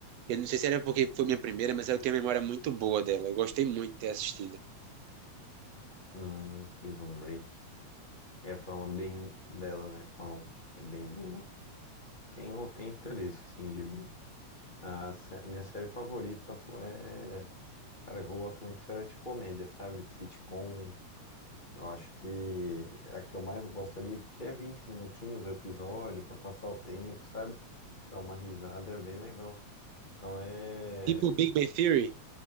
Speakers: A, on the right; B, on the left.
A: Eu não sei se era porque foi minha primeira, mas eu tenho uma memória muito boa dela. Eu gostei muito de ter assistido.
B: Hum, Prison Break. É, falam bem dela, né? Falam que é bem boa. Tenho, tenho interesse, assim, de ver. A sé- minha série favorita fo- é... Cara, eu gosto muito de série de comédia, sabe? De sitcom, Eu acho que a que eu mais gosto ali, porque é 20 minutinhos o episódio, pra passar o tempo, sabe? Dar uma risada é bem legal. Então é
A: Tipo, Big Bang Theory